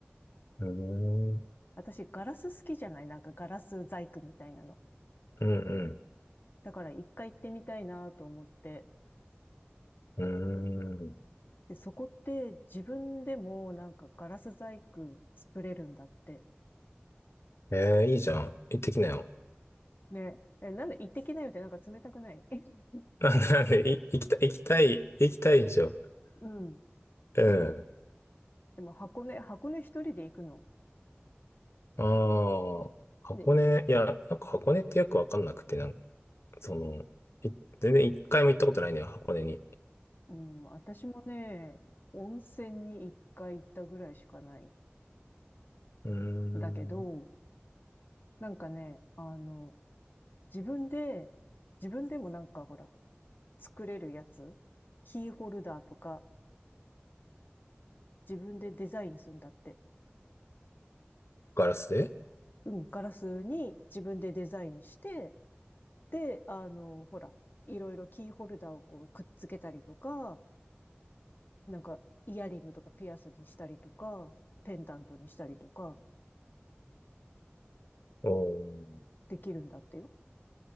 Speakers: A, on the left; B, on the left.
A: うーん。うん
B: 私ガラス好きじゃないなんかガラス細工みたいなの。
A: うん。
B: だから一回行ってみたいなと思って。
A: うーん。
B: で、そこって自分でもなんかガラス細工作れるんだって。
A: えー、いいじゃん。行ってきなよ。
B: ね。え、なんで行ってきなよってなんか冷たくないえ <laughs>
A: <laughs> なんで、なんで、い行きたい、行きたい、行きたいでしょ。
B: うん。
A: うん。
B: でも、でも箱根、箱根一人で行くの。
A: ああ、箱根、
B: で、
A: いや、なんか箱根ってよくわかんなくて、なんか、その、い全然一回も行ったことないのよ、箱根に。
B: うん、私もね、温泉に一回行ったぐらいしかない。
A: うーん。
B: だけど、なんかね、あの、自分で、自分でもなんかほら、作れるやつ、キーホルダーとか、自分でデザインするんだって。
A: ガラスで
B: うん、ガラスに自分でデザインして、で、あの、ほら、いろいろキーホルダーをこうくっつけたりとか、なんかイヤリングとかピアスにしたりとか、ペンダントにしたりとか、
A: おー。
B: できるんだってよ。